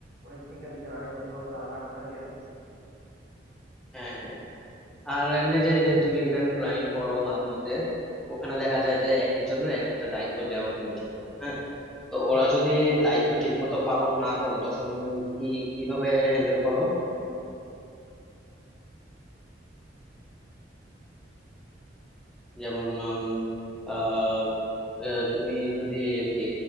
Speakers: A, on the right; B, in the centre.
A: অনেক সিঙ্গার টিঙ্গার আনে দশ বারো লাখ টাকা দিয়ে আনে
B: হ্যাঁ হ্যাঁ আর এমনি যে যে তুমি ইভেন্ট প্ল্যানিং করো মাঝে মধ্যে ওখানে দেখা যায় যে এক একজনের এক একটা দায়িত্ব দেওয়া তুমি ঠিক করো হ্যাঁ তো ওরা যদি দায়িত্ব ঠিকমতো পালন না করে তখন কি কিভাবে হ্যান্ডেল করো যেমন উম, আহ, আহ, তুমি যদি আর কি